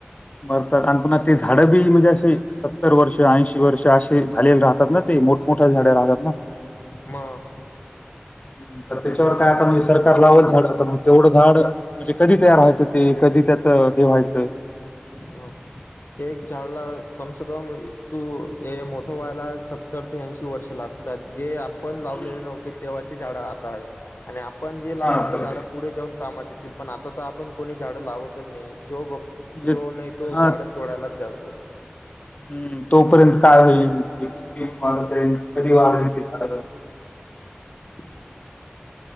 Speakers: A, on the left; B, on the left.
A: मरतात आणि पुन्हा ते झाडं बी म्हणजे अस सत्तर वर्ष ऐंशी वर्ष असे झालेले राहतात ना ते मोठमठ्या झाड्या राहतात ना
B: मग
A: हम्म, तर त्याच्यावर काय आता म्हणजे सरकार लावाल झाड मग तेवढ झाड म्हणजे कधी तयार व्हायच ते कधी त्याच हे व्हायच
B: अ एक झाला कमसे कम तू हे मोठ व्हायला सत्तर ते ऐंशी वर्ष लाग तात जे आप पण
A: हम्म.
B: लावलेले नव्हते, तेव्हाचे झाड आता आहेत आणि आपण जे लावू
A: हा
B: ते
A: तर
B: झाड पुढे जाऊन कामात येतील. तील पण, आता तर आपण कोणी झाड लावतच नाइ, जो बघ
A: म्हणजे
B: जो नाही तो
A: हा
B: झाडच. तोडायलाच जातो.
A: हम्म तोपर्यंत काय होईल? किती वाढतय कधी वाढतेय ते झाड
B: <inaudible>